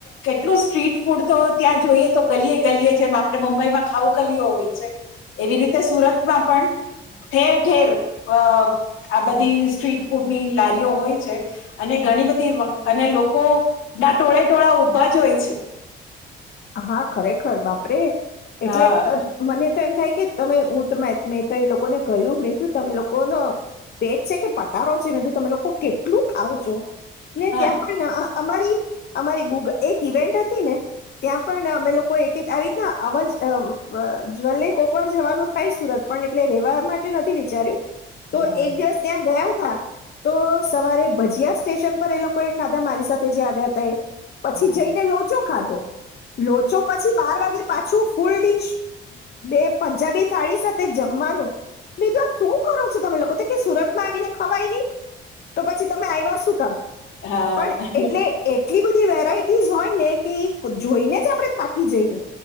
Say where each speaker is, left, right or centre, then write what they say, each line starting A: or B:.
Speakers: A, on the left; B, on the left.
A: કેટલું સ્ટ્રીટ ફૂડ તો ત્યાં જોઈએ તો ગલીએ ગલીએ જેમ આપણે મુંબઈમાં ખાઉું ગલીઓ હોય છે, એવી રીતે સુરતમાં પણ ઠેર ઠેર અ આ બધી સ્ટ્રીટ ફૂડની લારીઓ હોય છે, અને ઘણી બધી અને લોકો ના ટોળે ટોળા ઊભા જ હોય છે.
B: હા ખરેખર બાપરે. એટલે
A: હા
B: અ મને તો એમ થાય કે ત મે હું તો મે તો એ લોકોને કહ્યું મે કીધું તમે લોકોનો, પેટ છે કે પટારો છે મેકુ તમે લોકો કેટલું ખાવ છો. ને
A: હા
B: ત્યાં પણ અ અ અમારી અમારી ગુગ એક ઇવેન્ટ હતી ને. ત્યાં પણ અમે લોકો કોઈ એક આવી રીતના અવાજ અ જવલી કોકવાર જવાનું થાય સુરત પણ એટલે રેવા માટે નથી વિચાર્યું. તો
A: હા
B: એક દિવસ ત્યાં ગયા. હા તો સવારે ભજીયા સ્ટેશન પર એ લોકો એ ખાધા મારી સાથે જે આવ્યા હતા એ. પછી
A: હા
B: જઈને લોચો ખાધો. લોચો પછી બાર વા પાછું ફૂલ ડીશ, બે પંજાબી થાળી સાથે જમવાનું. મેં ધૂ આ શું કરો છો તમે લોકો તો કે સુરતમાં આવીને ખવાય ની, તો પછી તમે આયવા શું કામ?
A: હા
B: પણ એટલે એટલી બધી વેરાયટીઝ હોય ને. તે તો જોઈને જ આપણે થાકી જઈએ.